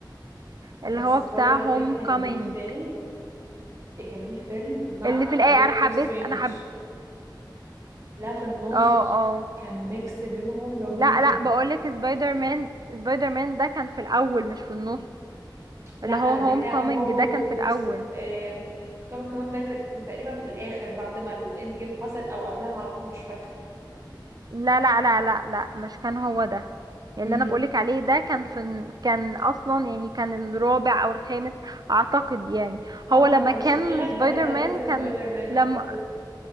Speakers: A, on the right; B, on the right.
A: اللي
B: بس
A: هو
B: سبايدر
A: بتاع هوم
B: مان كان
A: كومينج
B: ليه فيلم كان ليه فيلم مع
A: اللي في الايه
B: دكتور
A: انا حبيت
B: سترينج
A: انا حب
B: لا في النص
A: اه اه
B: كان ميكس بينهم رهيب
A: لا لا بقولك سبايدر مان سبايدر مان ده كان في الاول مش في النص
B: لا
A: اللي هو هوم
B: بتاعه
A: كومينج
B: هو
A: ده
B: ودكتور
A: كان في الاول
B: ست... آه... كمان كمان ده كان تقريبا في الاخر بعد ما الاند جيم حصلت او قبلها على طول مش فاكره
A: لا لا لا لا لا مش كان هو ده اللي
B: امم
A: انا بقولك عليه ده كان في كان اصلا يعني كان الرابع او الخامس اعتقد يعني
B: اه
A: هو لما
B: ما كانش
A: كان
B: في غير
A: سبايدر
B: ثلاثة
A: مان
B: بس
A: كان
B: سبايدر مان
A: لما
B: اعتقد